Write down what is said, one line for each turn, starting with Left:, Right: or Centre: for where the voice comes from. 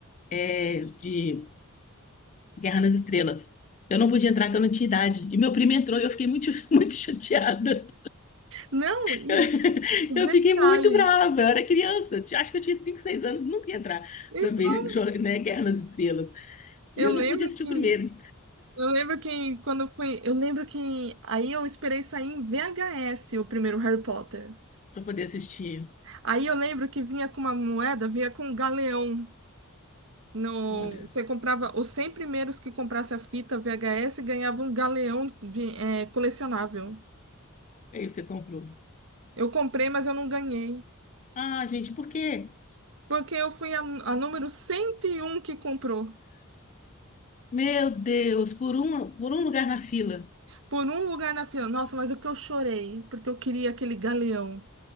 Left: é de Guerra nas Estrelas. Eu não podia entrar, que eu não tinha idade. E meu primo entrou e eu fiquei muito, <laughs> muito chateada.
Right: Não, e
Left: <laughs>
Right: e
Left: Eu
Right: detalhe.
Left: fiquei muito brava. Eu era criança. Eu Acho que eu tinha 5, 6 anos. Nunca ia entrar
Right: Então,
Left: para ver, jo- né, Guerra nas Estrelas. E
Right: eu
Left: eu
Right: lembro
Left: não podia assistir
Right: que
Left: o primeiro
Right: eu lembro que quando eu fui, eu lembro que aí eu esperei sair em VHS o primeiro Harry Potter.
Left: para poder assistir.
Right: Aí eu lembro que vinha com uma moeda, vinha com um galeão. No,
Left: Olha,
Right: você comprava os 100 primeiros que comprasse a fita VHS ganhava um galeão de, é, colecionável.
Left: aí você comprou.
Right: Eu comprei, mas eu não ganhei.
Left: Ah, gente, por quê?
Right: Porque eu fui a, a número 101 que comprou.
Left: Meu Deus, por um, por um lugar na fila.
Right: Por um lugar na fila. Nossa, mas o que eu chorei. Porque eu queria aquele galeão.